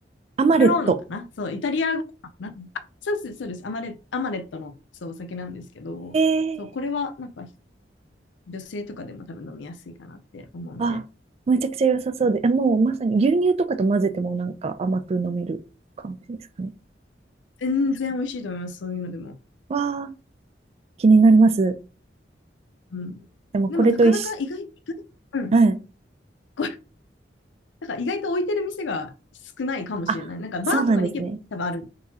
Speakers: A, on the right (about 35°); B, on the left (about 85°).
A: アマレット。
B: タローノかなそう、イタリア語かなあそうです、そうです。アマレ、アマレットのそうお酒なんですけど、
A: ええ
B: そう、これはなんか女性とかでも多分飲みやすいかなって思うんで、
A: あ、めちゃくちゃ良さそうで、
B: うん、
A: えもうまさに牛乳とかと混ぜてもなんか甘く飲める感じですかね。
B: 全然美味しいと思います、そういうのでも。
A: わあ、気になります。
B: うん、
A: でもこれと一緒、
B: でもなかなか意外、意外うん、
A: うん。
B: これなんか意外と置いてる店が少ないかもしれない。
A: あ、
B: なんかバーとかに行けば多分ある、
A: そうなんですね。